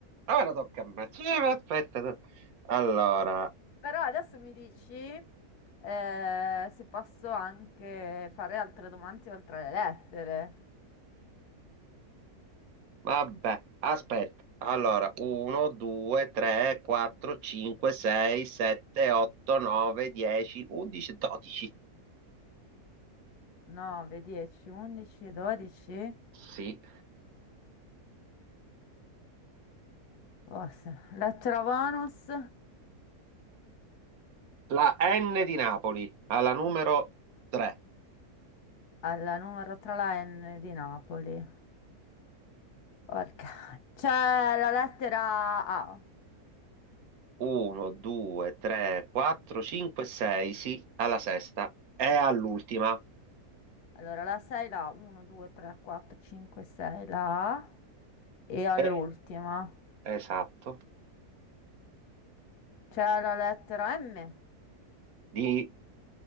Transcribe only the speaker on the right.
Ora tocca a me. Sì, ma aspetta. no. Allora,
vabbè, aspetta. Allora, 1, 2, 3, 4, 5, 6, 7, 8, 9, 10, 11, 12.
Sì.
La N di Napoli, alla numero 3.
1, 2, 3, 4, 5, 6, sì, alla sesta. E all'ultima.
E- Esatto.
Di